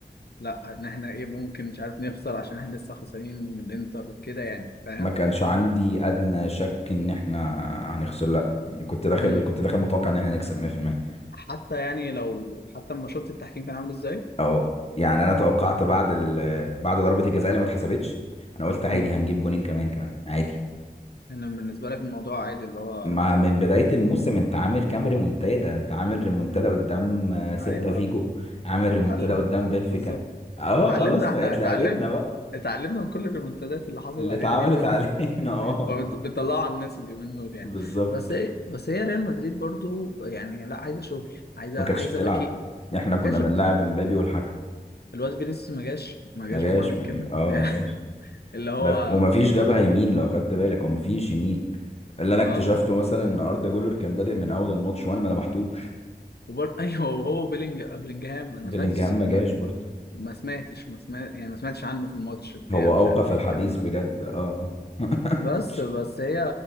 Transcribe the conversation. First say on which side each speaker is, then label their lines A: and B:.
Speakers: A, on the left; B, on the left.
A: لأ إن إحنا إيه ممكن مش عارف نخسر عشان إحنا لسه خسرانين من الإنتر كده يعني فاهم
B: ما كانش عندي ادنى شك ان احنا هنخسر لا يعني كنت داخل
A: مم.
B: كنت داخل متوقع ان احنا نكسب 100%
A: حتى يعني لو حتى لما شفت التحكيم كان عامل إزاي
B: اه يعني انا توقعت بعد ال... بعد ضربة الجزاء اللي ما اتحسبتش انا قلت عادي
A: إمم.
B: هنجيب جونين كمان كمان عادي
A: انا بالنسبه لك الموضوع عادي اللي هو
B: مع من
A: ال...
B: بداية الموسم انت عامل كام ريمونتادا انت عامل ريمونتادا
A: مم.
B: قدام آه، سيلتا
A: ايوه
B: فيجو عامل
A: احنا
B: ريمونتادا
A: اتعلمنا
B: قدام بنفيكا
A: بالظبط
B: اه
A: اتعلمنا
B: خلاص بقت
A: احنا اتعلمنا
B: لعبتنا بقى
A: اتعلمنا من كل الريمونتادات اللي حصلت
B: اللي
A: علينا
B: اتعملت
A: دي بقى
B: علينا
A: <laughs>
B: <laughs> اه
A: هو بت- بتطلعوا على الناس اللي منه يعني
B: بالظبط
A: بس هي بس هي ريال مدريد برضو يعني لا عايزه شغل عايزه
B: ما كانتش
A: عايزه
B: بتلعب
A: باكيت
B: احنا كنا
A: كشفت
B: بنلعب مبابي والحكم
A: الواد فينيسيوس ما جاش ما جاش
B: ما جاش
A: بمعنى الكلمه
B: ما جاش اه
A: <laughs> يعني
B: ما جاش
A: اللي هو
B: ما-
A: اه
B: وما فيش جبهة يمين لو خدت بالك وما فيش يمين اللي انا اكتشفته
A: آه.
B: مثلا ان اردا جولر كان بادئ من اول الماتش وانا ما لمحتوش
A: وبر... <laughs> ايوه وهو بيلينج بلينجهام انا
B: بلينجهام
A: ما سمعتش
B: ما جاش
A: ما...
B: برضه
A: ما سمعتش ما سمعت يعني ما سمعتش عنه في الماتش بتاع
B: هو
A: مش
B: اوقف
A: عارف ايه
B: الحديث
A: الكلام ده
B: بجد اه اه <laughs>
A: بس بس هي